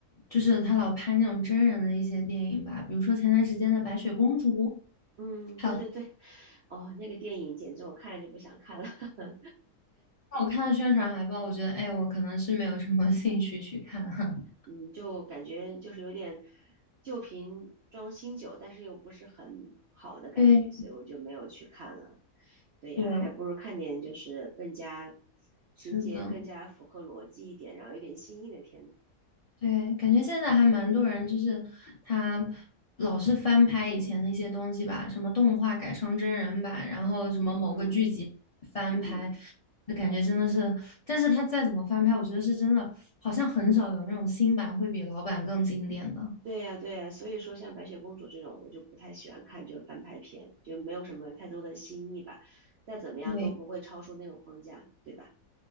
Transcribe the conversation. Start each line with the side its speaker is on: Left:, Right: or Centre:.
Left: 就是他老拍那种真人的一些电影吧，比如说前段时间的《白雪公主》，
Right: 嗯，
Left: 还有
Right: 对对对，哦，那个电影简直我看了就不想看了。<laughs>
Left: 那我看了宣传海报，我觉得，哎，我可能是没有什么兴趣去看哈。<laughs>
Right: 嗯，就感觉就是有点旧瓶装新酒，但是又不是很好的感觉，
Left: 对，
Right: 所以我就没有去看了。对呀，
Left: 对，
Right: 还不如看点就是更加情节更加符合逻辑一点，
Left: 是的。
Right: 然后有点新意的片子。
Left: 对，感觉现在还蛮多人，就是他老是翻拍以前的一些东西吧，什么动画改成真人版，然后什么某个剧集翻拍，
Right: 嗯嗯，
Left: 就感觉真的是，但是他再怎么翻拍，我觉得是真的，好像很少有那种新版会比老版更经典的。
Right: 对呀对呀，所以说像白雪公主这种，我就不太喜欢看，就是翻拍片，就没有什么太多的新意吧。再怎么样都不会超出那个框架，
Left: 对，
Right: 对吧？